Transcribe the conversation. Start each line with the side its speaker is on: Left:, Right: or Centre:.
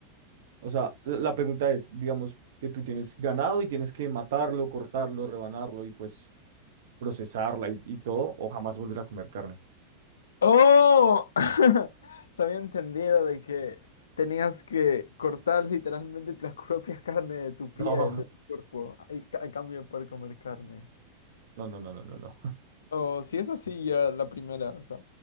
Right: O sea, la, la pregunta es, digamos, que tú tienes ganado y tienes que matarlo, cortarlo, rebanarlo y pues procesarla y, y todo, o jamás volver a comer carne.
Left: ¡Oh! <laughs> También entendido de que tenías que cortar literalmente las propias carnes <laughs> de tu piel,
Right: No,
Left: de tu cuerpo, a, a cambio de poder comer carne.
Right: <laughs> no, no, no, no, no, no.
Left: O si es así, ya la primera, o sea,